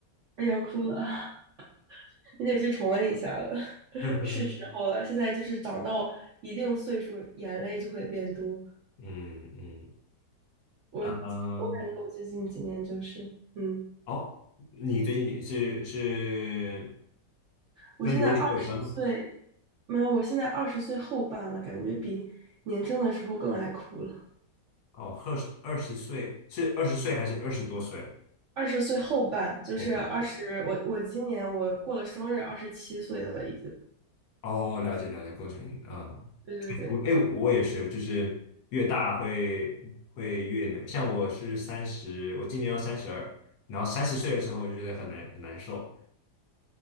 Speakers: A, on the right; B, on the left.
A: 哎呀，要哭了啊，<laughs> 你得去重温一下了，<laughs>
B: <laughs>
A: 是时候了，现在就是长到一定岁数，眼泪就会变多，
B: 嗯嗯，
A: 我我感觉我最近几年就是，
B: 呃，
A: 嗯，
B: 哦，你最近也是是
A: 我现在二十岁。
B: 跟留学有关吗？
A: 没有，我现在二十岁后半了，感觉比年轻的时候更爱哭了。
B: 哦，二十二十岁是二十岁还是二十多岁？
A: 二十岁后半，就是二十，
B: 后半
A: 我我今年我过了生日，二十七岁了已经。
B: 哦，了解了解，过程啊，
A: 对对对，
B: 我哎，我也是，就是越大会会越那个，像我是三十，我今年要三十二，然后三十岁的时候就觉得很难很难受，